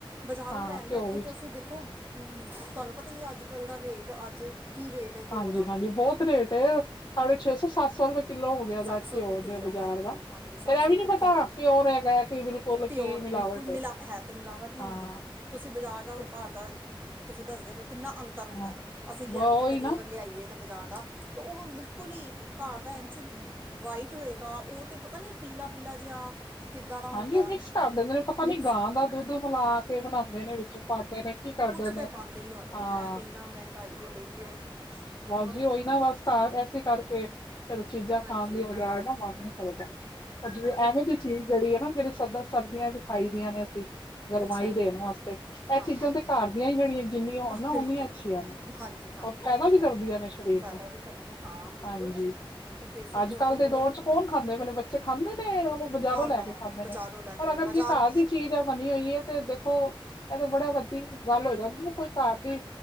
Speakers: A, on the right; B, on the left.
A: ਬਜ਼ਾਰੋਂ
B: ਹਾਂ
A: ਲੈਣ ਬੈਠੇ
B: ਘਿਓ ਵਿੱਚ
A: ਤੇ ਅਸੀਂ ਦੇਖੋ ਤੁਹਾਨੂੰ ਪਤਾ ਹੀ ਅੱਜ ਕੱਲ੍ਹ ਦਾ ਰੇਟ ਅੱਜ ਕੀ ਰੇਟ ਹੈ ਘਿਓ
B: ਹਾਂਜੀ-
A: ਦਾ
B: ਹਾਂਜੀ ਬਹੁਤ ਰੇਟ ਸਾਢੇ ਛੇ ਸੌ, ਸੱਤ ਸੌ ਰੁਪਏ ਕਿੱਲੋ ਹੋ ਗਿਆ ਉਹਦਾ
A: ਸੱਤ ਸੌ
B: ਘਿਓ
A: ਰੁਪਏ ਕਿੱਲੋ
B: ਦੇ ਬਾਜ਼ਾਰ
A: ਹਾਂਜੀ
B: ਦਾ,
A: ਹਾਂਜੀ ਸੱਤ
B: ਫੇਰ
A: ਸੌ
B: ਇਹ ਵੀ
A: ਰੁਪਏ
B: ਨੀ ਪਤਾ
A: ਕਿੱਲੋ
B: ਪਿਓਰ ਹੈਗਾ ਕਿ ਬਿਲਕੁਲ ਕੁਲ
A: ਪਿਓਰ
B: ਕੀ ਮਿਲਾਵਟ
A: ਬਿਲਕੁਲ ਮਿਲਾ
B: ਹੈ
A: ਤੇ ਮਿਲਾਵਟ ਹੀ
B: ਹਾਂ
A: ਹੁੰਦੀ ਹੈ ਤੁਸੀਂ ਬਾਜ਼ਾਰ ਦਾ
B: ਤੇ
A: ਔਰ ਘਰ ਦਾ ਤੁਸੀਂ ਦੱਸਦੇ ਪਏ ਕਿੰਨਾ ਅੰਤ ਅੰਤਰ ਹੁੰਦਾ,
B: ਹਾਂ
A: ਅਸੀਂ ਲਿਆਦੇ
B: ਵ
A: ਹਾਂ
B: ਉਹੀ
A: ਕਦੀ
B: ਨਾ
A: ਅਗਰ ਲਿਆਈਏ ਬਜ਼ਾਰ ਦਾ ਤਾਂ ਉਹ ਬਿਲਕੁਲ ਹੀ ਘਰ ਦਾ ਇੰਨ 'ਚ ਵਾਈਟ ਹੋਏਗਾ ਉਹ ਤੇ ਪਤਾ ਨੀ ਪੀਲਾ- ਪੀਲਾ ਜਿਹਾ। ਕਿੱਦਾਂ ਦਾ ਹੁੰਦਾ
B: ਹਾਂਜੀ ਉਹ ਮਿਕਸ ਕਰ ਦਿੰਦੇ ਨੇ ਪਤਾ
A: ਮਿਕਸ
B: ਨੀ ਗਾਂ ਦਾ ਦੁੱਧ ਮਿਲਾ ਕ ਕਿ ਬਣਾਉਂਦੇ ਨੇ ਵਿੱਚ ਪਾਉਂਦੇ ਨੇ ਕੀ ਕਰਦੇ
A: ਕੁਛ ਤੇ
B: ਨੇ,
A: ਪਾਉਂਦੇ ਹੀ ਹੋਣੇ
B: ਹਾਂ
A: ਆ ਇੰਨਾ ਮਹਿੰਗਾਈ ਹੋ ਗਈ ਦੀ ਹੈ ਹੋਰ
B: ਬਸ ਵੀ ਉਹੀ ਨਾ ਬਸ ਘਰ ਐੇਸੇ ਕਰਕੇ ਫਿਰ ਚੀਜ਼ਾਂ
A: ਹਾਂਜੀ
B: ਖਾਣ ਦੀ ਬਗਾਰ
A: ਹਾਂਜੀ
B: ਦਾ ਮਨ ਨੀਂ ਲੱਗਦਾ ਹਾਂਜੀ
A: ਮੈਂ ਤੇ
B: ਐਵੇਂ ਦੀ ਚੀਜ਼ ਜਿਹੜੀ ਹੈ ਨਾ ਜਿਹੜੀ ਸਰਦਾ ਸਰਦੀਆਂ ਚ ਖਾਈ ਦੀਆਂ ਨੇ ਅਸੀਂ ਗਰਮਾਈ
A: ਅੱਛਾ
B: ਦੇਣ ਵਾਸਤੇ ਇਹ
A: ਹਾਂ
B: ਚੀਜ਼ਾਂ ਤੇ ਘਰ ਦੀਆਂ ਹੀ ਜਿਹੜੀਆਂ ਜਿੰਨੀਆਂ ਹੋਣ
A: ਅਹ
B: ਓਨੀਆਂ
A: ਬਿਲਕੁਲ
B: ਅੱਛੀਆਂ ਨੇ
A: ਹਾਂਜੀ ਹਾਂਜੀ ਇਹ
B: ਫਾਇਦਾ
A: ਤਾਂ
B: ਵੀ
A: ਹੈ
B: ਕਰਦੀਆਂ
A: ਹੀ
B: ਨੇ ਸਰੀਰ
A: ਫਾਇਦਾ
B: ਨੂੰ
A: ਵੀ ਕਰਦੀ ਹ ਹਾਂ ਬਿਲਕੁਲ
B: ਹਾਂਜੀ
A: ਦੇਸੀ
B: ਅੱਜ
A: ਘਿਓ
B: ਕੱਲ੍ਹ
A: ਤਾਂ
B: ਦੇ
A: ਬਹੁਤ
B: ਦੌਰ ਚ ਕੌਣ ਖਾਂਦੇ, ਅਪਣੇ ਬੱਚੇ ਖਾਂਦੇ ਨੇ ਉਹ ਬਜ਼ਾਰੋਂ
A: ਨਾ
B: ਲੈ
A: ਨਾ
B: ਕੇ ਖਾਂਦੇ
A: ਬਾਜ਼ਾਰੋਂ
B: ਨੇ,
A: ਲੈ
B: ਪਰ
A: ਕੇ
B: ਅਗਰ
A: ਬਾਜ਼ਾਰ
B: ਜੇ ਘਰ ਦੀ ਚੀਜ਼ ਹੈ ਬਣੀ ਹੋਈ ਹੈ ਤੇ ਦੇਖੋ ਇਹਦੇ ਬੜਾ ਵੱਡੀ ਗੱਲ ਹੋ ਜਾਂਦੀ ਹੈ ਕੋਈ ਘਰਦੀ